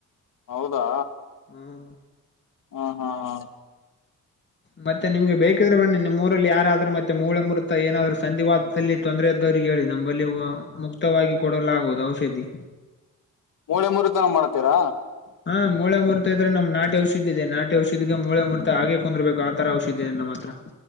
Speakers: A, on the left; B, on the left.
A: ಹೌದಾ
B: ಹ್ಮ
A: ಹ ಹಾ ಹಾ
B: ಮತ್ತೆ ನಿಮ್ಗೆ ಬೇಕಿದ್ರೆ ಬನ್ನಿ ನಿಮ್ಮೂರಲ್ಲಿ ಯಾರಾದ್ರು ಮತ್ತೆ ಮೂಳೆಮುರುತ ಏನಾದ್ರು ಸಂಧಿವಾತದಲ್ಲಿ ತೊಂದ್ರೆ ಇದ್ದವ್ರಿಗೆ ಹೇಳಿ ನಂಬಲ್ಲಿ ಮುಕ್ತವಾಗಿ ಕೊಡಲು ಆಗುವುದು ಔಷಧಿ.
A: ಮೂಳೆ ಮುರಿತ ಮಾಡ್ತೀರಾ.
B: ಹಾ ಮೂಳೆ ಮುರುತ ಇದ್ರೆ ನಮ್ ನಾಟಿ ಔಷಧಿದೆ ನಾಟಿ ಔಷಧಿಗೆ ಮೂಳೆ ಮೂರ್ತ ಹಾಗೆ ಕುಂದರ್ಬೇಕು ಆತರ ಔಷಧಿ ಇದೆ ನಮ್ಮ ಹತ್ರ.